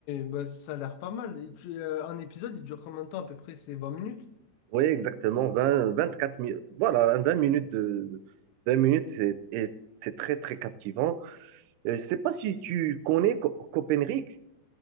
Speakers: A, on the left; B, on the right.
A: bah ça a l'air pas mal. Et tu- euh, un épisode, il dure combien de temps à peu près? C'est vingt minutes?
B: Oui, exactement, vingt vingt-quatre minutes. Voilà, 20 minutes de 20 minutes, c'est et c'est très, très captivant. Euh, Je ne sais pas si tu connais Co- Copenhague.